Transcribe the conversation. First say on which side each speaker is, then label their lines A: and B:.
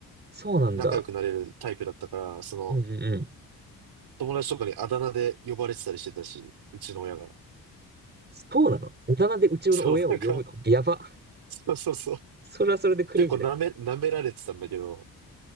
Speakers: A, on the right (about 25°); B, on the right (about 85°).
A: そうなんだ。
B: 仲良くなれるタイプだったから、その、
A: うんうんうん。
B: 友達とかにあだ名で呼ばれてたりしてたし、うちの親が。
A: そうなの大人でうちの親を呼ぶのやば。
B: そう、なんか、そうそうそう。
A: それはそれでクレイジーだけ
B: 結構なめ、舐められてたんだけど、